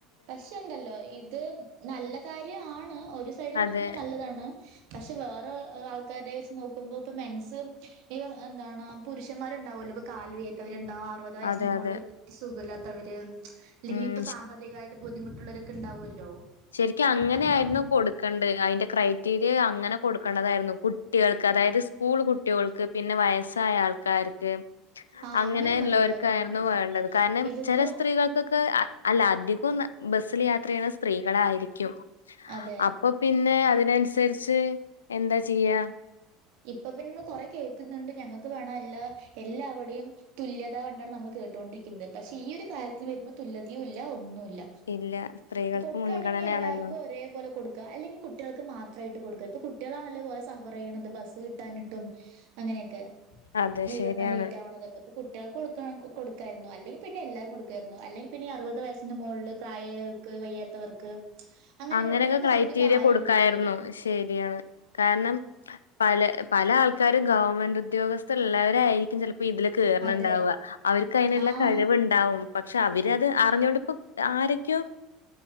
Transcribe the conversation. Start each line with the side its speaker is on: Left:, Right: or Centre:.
Right: പക്ഷെണ്ടല്ലോ ഇത് നല്ല കാര്യണ് ഒരു സൈഡും
Left: അതെ
Right: നോക്കുമ്പോ നല്ലതാണ് പക്ഷെ വേറെ ആൾക്കാര വെച്ച് നോക്കുമ്പോ ഇപ്പ മെൻസും ഈ എന്താണ് പുരുഷന്മാരുംണ്ടാവൂല കാല് വയ്യാത്തവര്ണ്ടാവും അറുപത് വയസ്സിന്
Left: അതെ
Right: മുകളള്
Left: അതെ
Right: സുഖമില്ലാത്തവര് അല്ലെങ്കി
Left: ഉം
Right: ഇപ്പൊ സാമ്പത്തികമായിട്ട് ബുദ്ധിമുട്ടുള്ളവൊക്കെ ഉണ്ടാവുമല്ലോ
Left: ശരിക്ക അങ്ങനെയ
Right: അപ്പൊ
Left: ആായിരുന്നു കൊടുക്കേണ്ടത് അതിന്റെ ക്രൈറ്റീരിയ അങ്ങനെ കൊടുക്കേണ്ടതായിരുന്നു കു കുട്ടികൾക്ക് അതായത് സ്കൂൾ കുട്ടികൾക്ക് പിന്നെ വയസ്സായ ആൾക്കാർക്ക്
Right: ആഹ്
Left: അങ്ങനെല്ലവർക്കായിരുന്നു
Right: അങ്ങനെ മതിയായിരുന്നു
Left: വേണ്ടത് കാരണം
Right: ഇതിപ്പോ
Left: ചില സ്ത്രീകൾക്കൊക്കെ അല്ല അധികം ബസ്സിലെ യാത്ര ചെയ്യുന്നത് സ്ത്രീകൾ ആയിരിക്കും
Right: അതെ
Left: അപ്പൊ പിന്നെ പിന്നെ അതിനനുസരിച്ച് എന്താ ചെയ്യാ?
Right: ഇപ്പ പിന്നമ്മ കൊറെ കേൾക്കുന്നുണ്ട് ഞങ്ങൾക്ക് വേണ അല്ല എല്ലാവവിടെയും തുല്യത കണ്ടാണ് നമ്മ <unintelligible> കേട്ടുകൊണ്ടിരിക്കുന്നത് പക്ഷെ ഈ ഒരു കാര്ത്തിൽ വരുമ്പോൾ തുല്യതയയും ഇല്ല ഒന്നുമില്ല
Left: ഇല്ല സ്ത്രീകൾക്ക്
Right: കൊടുക്കയാണെങ്കിൽ
Left: മുൻഗണനയാണല്ലോ
Right: എല്ലാവർക്കും ഒരേ പോലെ കൊടുക്ക അല്ലെങ്കിൽ കുട്ടികൾക്ക് മാത്രമായിട്ട് കൊടുക്കുക ഇപ്പൊ കുട്ടികളാണല്ലേപോലെ സഫർ ചെയ്യണ ബസ് കിട്ടാനിട്ടും അങ്ങനെയൊക്കെ
Left: അതെ
Right: വീട
Left: ശരിയാണ്
Right: എത്തൻ ലേറ്റ് ആവണതൊക്കെ കുട്ടികൾക്ക് കൊടുക്കണം കൊടുക്കായിരുന്നു അല്ലെങ്കിൽ പിന്നെ എല്ലാവരും കൊടുക്കായിരുന്നു അല്ലെങ്കിൽ പിന്നെ ഈ അറുപത് വയസ്സിന്റെ മുകളിൽ പ്രായർക്ക് വയ്യാത്തവർക്ക് അങ്ങനെ
Left: അങ്ങനൊക്കെ
Right: കൊടുക്കണേല് കുറച്ചും
Left: ക്രൈറ്റീരിയ
Right: കൂടി കാര്യണ്ട്
Left: കൊടുക്കായിരുന്നു
Right: തോന്നി.
Left: ശരിയാണ്. കാരണം പല പല ആൾക്കാരും ഗവൺമെന്റ് ഉദ്യോഗസ്ഥർള്ളവരായിയിരിക്കും ചില ഇ ഇതില് കേയറണുണ്ടാവുക
Right: അതെ
Left: അവർക്ക് അതിനുള്ള
Right: ആഹ്
Left: കഴിവുണ്ടാവും പക്ഷെ അവരത് അറിഞ്ഞുകൊണ്ടപ്പോ ആരൊക്കെയോ